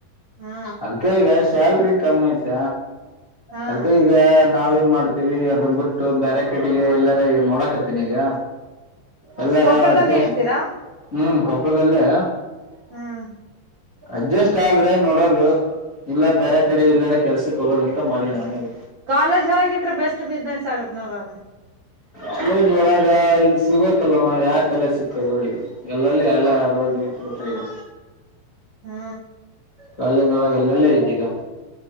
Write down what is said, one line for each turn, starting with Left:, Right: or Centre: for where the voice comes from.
Right: ಹಾ
Left: ಅದ್ಕ ಈಗ ಶ್ಯಲ್ರಿ ಕಮ್ಮಿ ಐತ
Right: ಹಾ
Left: ಅದ್ಕ ಈಗ. ನಾವ ಏನ್ ಮಾಡ್ತೀವಿ ಅದನ್ ಬಿಟ್ಟು ಬರೆ ಕಟಿಗೆ ಎಲ್ಲಾರ ಈಗ ನೋಡಾಕತ್ತಿನಿ ಈಗ. ಎಲ್ಲಾರ
Right: ಕೊಪ್ಪಳದಲ್ಲಿ
Left: ಅಡ್ಜಸ್ಟ್
Right: ಇಡ್ತೀರಾ
Left: ಹ್ಮ್ ಕೊಪ್ಪಳದಲ್ಲೇ.
Right: ಹ್ಮ್
Left: ಅಡ್ಜಸ್ಟ್ ಆದ್ರೆ ನೋಡೋದು ಇಲ್ಲ ಬೇರೆ ಕಡೆ ಎಲ್ಲಾರ ಕೆಲ್ಸಕ್ ಹೋಗೋದಂತ ಮಾಡಿ ನಾನೀಗ.
Right: ಕಾಲೇಜ್ ಹೊರಗಟ್ರ ಬೆಸ್ಟ್ ಬಿಸ್ನೆಸ್ ಆಗತ್ ನೋಡೋ ಅಣ್ಣ.
Left: ಕಾಲೇಜ್ ಒರಗ ಈಗ ಸಿಗೋತ್ತಲ್ಲಮ್ಮ ಯಾಕ ಕಾಲೇಜ್ ಸಿಗ್ತದೆ ಹೋಳಿಗೆ ಎಲ್ಲಲ್ಲಿ ಅಲೆ. ಬಿಿಟ್ರೆ ಈಗ.
Right: ಹ್ಮ್
Left: ಕಾಲಜೊಳಗೆ ಎಲ್ಲೆಲ್ಲ ಐತಿ ಈಗ.